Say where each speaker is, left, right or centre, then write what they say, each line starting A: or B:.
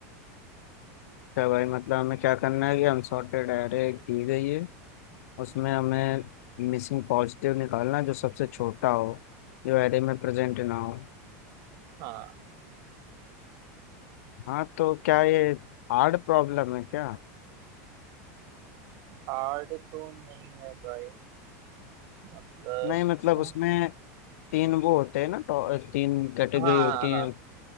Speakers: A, on the left; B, on the right.
A: क्या भाई मतलब हमें क्या करना है कि अनसॉर्टेड एरे दी गई है उसमें हमें मिसिंग पॉजिटिव निकालना है, जो सबसे छोटा हो जो एरे में प्रेजेंट ना हो
B: हाँ
A: हाँ तो क्या ये हार्ड प्रॉब्लम है क्या
B: हार्ड तो नहीं है भाई मतलब
A: नहीं मतलब
B: हाँ
A: उसमें तीन वो होते हैं ना तो तीन कैटेगरी
B: हाँ
A: होती
B: हाँ
A: हैं